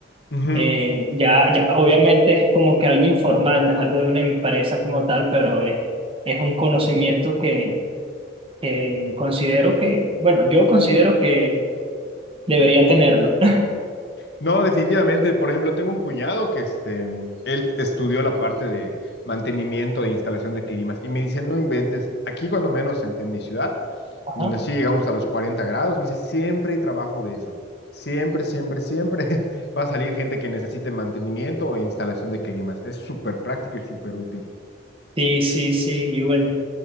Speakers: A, on the left; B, on the right.
A: Ujú.
B: Eh, ya, ya, obviamente es como que algo informal, no es algo de una empresa como tal, pero es, es un conocimiento que, que considero que, bueno, yo considero que debería tenerlo. <laughs>
A: No, definitivamente. Por ejemplo, tengo un cuñado que este, él estudió la parte de mantenimiento e instalación de climas y me dice, no inventes, aquí cuando menos en en mi ciudad
B: Ajá.
A: donde sí llegamos a los 40 grados. Me dice, siempre hay trabajo de eso. Siempre, siempre, siempre <laughs> va a salir gente que necesite mantenimiento e instalación de climas. Es súper práctico y súper útil.
B: Sí, sí, sí, y bueno,